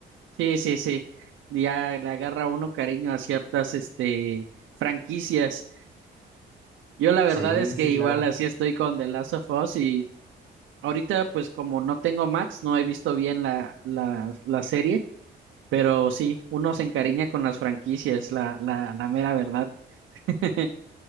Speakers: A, on the right; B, in the centre.
A: Sí, sí, sí. Ya le agarra uno cariño a ciertas, este, franquicias. Yo la verdad
B: Sí,
A: es
B: sí,
A: que
B: claro.
A: igual así estoy con The Last of Us y ahorita pues como no tengo Max, no he visto bien la, la, la serie, pero sí, uno se encariña con las franquicias, la, la, la mera verdad. <laughs>